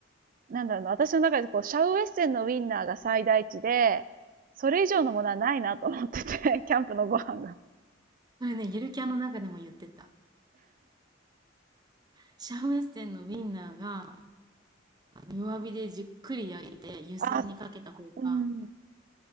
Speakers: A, on the right; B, on the right.
A: う、なんだろうな、私の中でこう、シャウエッセンのウインナーが最大値で、それ以上のものはないなと思ってて、<laughs> キャンプのご飯が。
B: それね、ゆるキャンの中でも言ってた。シャウエッセンのウィンナーが、あの、弱火でじっくり焼いて湯煎にかけた方が、
A: あ、うん。